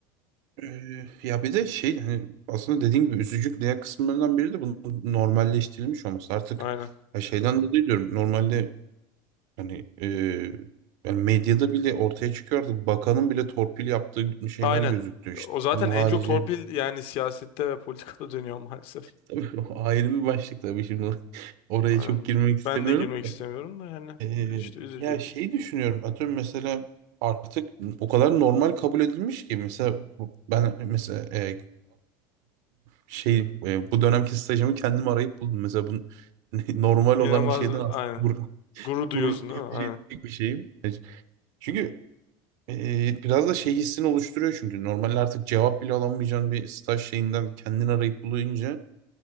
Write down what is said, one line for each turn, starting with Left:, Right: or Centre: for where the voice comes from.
Right: Ee, ya bir de şey hani aslında dediğin gibi üzücü diğer kısımlarından biri de bunun normalleştirilmiş olması. Artık
Left: Aynen.
Right: ya şeyden dolayı diyorum normalde hani e, yani medyada bile ortaya çıkıyordu. Bakanın bile torpil yaptığı şeyler
Left: Aynen.
Right: gözüktü işte.
Left: O zaten
Right: Bunun
Left: en
Right: harici
Left: çok torpil yani siyasette ve politikada dönüyor maalesef.
Right: tabii o ayrı bir başlık tabii şimdi or- oraya
Left: Aynen.
Right: çok girmek istemiyorum
Left: Ben de girmek
Right: da.
Left: istemiyorum da yani
Right: Ee,
Left: işte üzücü.
Right: ya şey düşünüyorum atıyorum mesela artık o kadar normal kabul edilmiş ki mesela bu- ben mesela e, şey e, bu dönemki stajımı kendim arayıp buldum. Mesela bu <laughs> normal
Left: İnanılmaz
Right: olan bir şeyden
Left: aynen.
Right: aslında gurur,
Left: Gurur duyuyorsun
Right: gurur duyabilecek
Left: değil mi? Aynen.
Right: bir şeyim. E, Çünkü e, biraz da şey hissini oluşturuyor çünkü normalde artık cevap bile alamayacağın bir staj şeyinden kendini arayıp bulunca